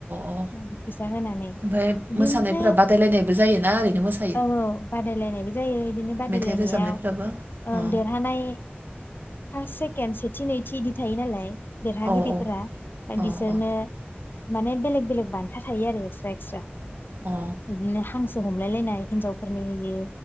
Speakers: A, on the right (about 55°); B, on the left (about 60°).
A: अ
B: फैसा होनानै
A: ओमफ्राय
B: बिदिनो
A: मोसानायफोरा बादायलायनायबो जायोना ओरैनो मोसायो
B: औ औ बादायलायनायबो जायो बिदिनो बादायलायनायाव
A: मेथाइ रोजाबनायफोराबो
B: ओं
A: अ
B: देरहानाय फार्स से केन सेथि नै थि इदि थायो नालाय देरहागिरिफोरा
A: औ औ अ
B: बिसोरनो
A: अ
B: माने बेलेग बेलेक बान्था थायो आरो एक्सट्रा एक्सट्रा
A: अ
B: बिदिनो हांसो हमलाय लायनाय हिनजावफोरनि होयो।